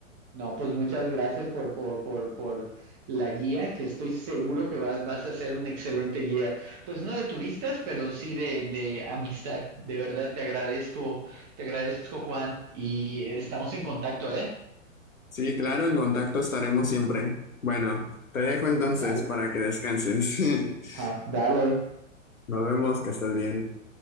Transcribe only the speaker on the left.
Sí, claro, en contacto estaremos siempre. Bueno, te dejo entonces
para que descanses.
<laughs>
Nos vemos, que estés bien.